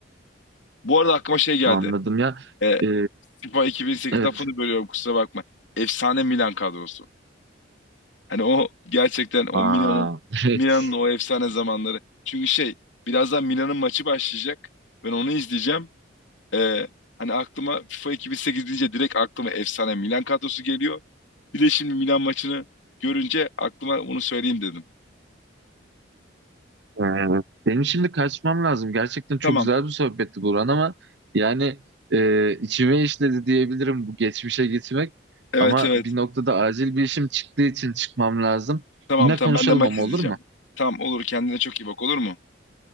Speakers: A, on the left (about 75°); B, on the right (about 60°).
A: Bu arada aklıma şey geldi.
B: Anladım ya.
A: Ee,
B: E,
A: FIFA 2008
B: evet.
A: lafını bölüyorum kusura bakma. Efsane Milan kadrosu. Hani o gerçekten o
B: Aa.
A: Milan'ın
B: <laughs>
A: Milan'ın o efsane zamanları. Çünkü şey birazdan Milan'ın maçı başlayacak. Ben onu izleyeceğim. Ee, hani aklıma FIFA 2008 deyince direkt aklıma efsane Milan kadrosu geliyor. Bir de şimdi Milan maçını görünce aklıma onu söyleyeyim dedim.
B: Ee, Benim şimdi kaçmam lazım. Gerçekten çok
A: Tamam.
B: güzel bir sohbetti Burhan ama yani e, içime işledi diyebilirim bu geçmişe gitmek.
A: Evet
B: Ama
A: evet.
B: bir noktada acil bir işim çıktığı için çıkmam lazım.
A: Tamam
B: Yine
A: tamam
B: konuşalım
A: ben de maç
B: ama
A: izleyeceğim.
B: olur mu?
A: Tamam olur kendine çok iyi bak olur mu?